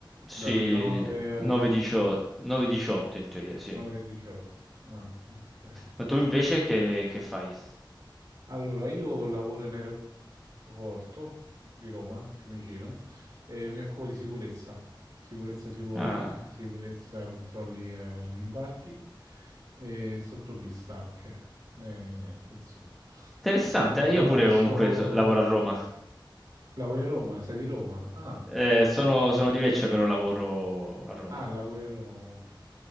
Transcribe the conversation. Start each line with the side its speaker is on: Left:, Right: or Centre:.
Centre: sì,
Right: dalle 9 alle
Centre: 9.18
Right: 5,
Centre: 9.18 in teoria, sì.
Right: 9 e 18. Ah, ok.
Centre: Ma tu invece che, che fai?
Right: Allora, io lavoro in aeroporto Porto di Roma, Fiumicino, e mi occupo di sicurezza, sicurezza sui voli,
Centre: Ah,
Right: sicurezza controlli eh, gli imbarchi e sottopista anche. E niente, insomma.
Centre: interessante,
Right: Lo
Centre: eh,
Right: faccio...
Centre: Io pure comunque so- lavoro a Roma.
Right: Lavori a Roma, sei di Roma? Ah,
Centre: Eh, sono, sono di Lecce, però lavoro a Roma.
Right: ah, lavori a Roma comunque.